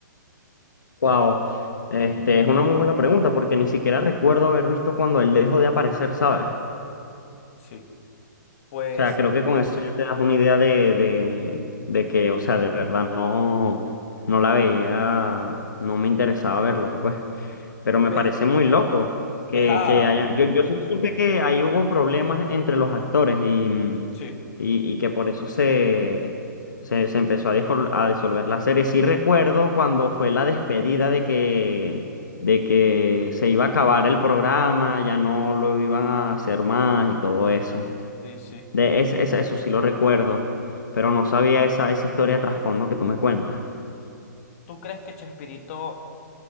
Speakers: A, on the left; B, on the left.
A: Wow. Este, es una muy buena pregunta porque ni siquiera recuerdo haber visto cuando él dejó de aparecer, ¿sabes?
B: Sí, pues
A: O sea, creo que con eso ya te das una idea de, de- de que, o sea, de verdad no, no la veía, no me interesaba verla, pues. Pero
B: ves,
A: me parece muy loco que,
B: ves a...
A: que haya. Yo, yo sí supe que ahí hubo problemas entre los actores y,
B: Sí,
A: y, y que por eso se, se, se empezó a, disol- a disolver la serie. Sí recuerdo cuando fue la despedida de que, de que se iba a acabar el programa, ya no lo iban a hacer más y todo eso.
B: sí, sí.
A: De es- es- eso sí lo recuerdo, pero no sabía esa, esa historia de trasfondo que tú me cuentas.
B: ¿Tú crees que Chespirito,